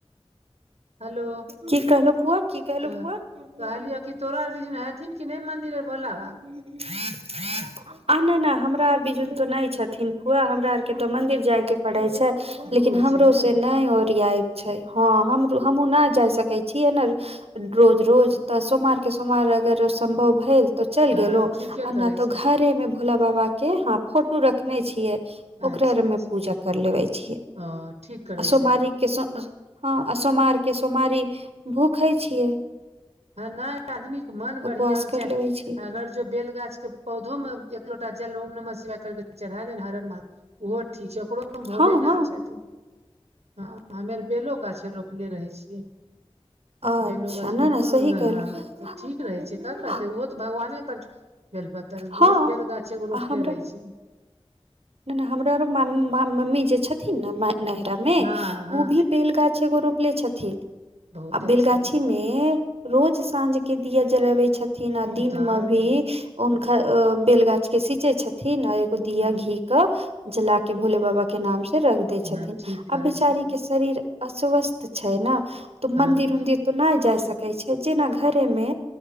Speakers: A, on the right; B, on the right.
A: हैलो
B: की कहलो फुआ की कहलो
A: ह
B: फुआ
A: कहलियौ कि तोरा आर के छथिन कि नइ मन्दिर आर भोला बाबाक
B: ह उ <unintelligible> आ नइ नइ हमरा आर बीजुन तो नइ छथिन फुआ हमरा आर के तो मंदिर जाय के पड़ै छै
A: दूर
B: लेकिन हमरो
A: छै ने
B: से नइ ओरियाइ छै हँ हमहूं नइ जाय सकै छी छियै ने रोज रोज तऽ सोमवारके सोमवार अगर सम्भव भेल तो चलि
A: हँ
B: गेलो
A: ठीके
B: आ नहि
A: करै
B: तो
A: छै
B: घरे में भोला बाबा के हा फोटो रखने छियै ओकरा
A: अच्छा
B: आर
A: अच्छा
B: मे पूजा कर लेबे छियै
A: ओ ठीक करै
B: आ सोमवारी
A: छै
B: हँ आ सोमवार के सोमारी भूखे छियै
A: ह नहि आदमी के मन बढ़िया
B: उपवास
A: होयके चाही
B: कर लेबे छियै
A: अगर जो बेल गाछ के पौधो मे एक लोटा जल ओम नमः शिवाय कर चढ़ा दे हर हर महादेव ओहो ठीक छै ओकरो मे भोले
B: हँ हँ
A: नाथ अच्छा हँ हमे आर बेलो गाछ रोपने रहै छियै
B: अच्छा
A: बेलो गाछमे
B: नहि
A: ओकरोमे
B: नहि सही
A: ने
B: कहलहुँ
A: ह तऽ ठीक रहै छै क करतै ओहो तऽ भगवाने पर बेलपत्तर
B: हँ
A: उएहस बेल गाछ एगो
B: आ
A: रोपले
B: हमरा
A: रहे छै
B: नहि नहि हमरा आरो मम्मी जे छथिन ने नहिरा मे
A: हँ हँ
B: ओ भी बेलगाछ एगो रोपले छथिन
A: बहुत
B: आ
A: अच्छा
B: बेलगाछी
A: बात
B: मे हे रोज साँझ के दिया जलबै छथिन आ
A: उधार
B: दिन मे
A: बढ़िया
B: भी
A: बात
B: हुनका बेल गाछ के सीचे छथिन आ एगो दिया
A: हँ
B: घी के जला के भोले बाबा के नाम से रख दै छथिन
A: हँ ठीक करै
B: बेचारी
A: छथिन
B: के शरीर अस्वस्थ छै ने तऽ
A: हँ
B: मंन्दिर उदिर तो नहि जाय सकै छै जेना घरे मे